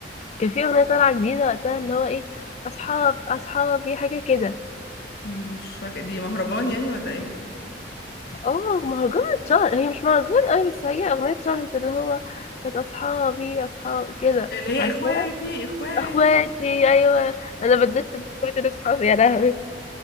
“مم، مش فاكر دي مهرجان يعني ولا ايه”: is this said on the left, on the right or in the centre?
Left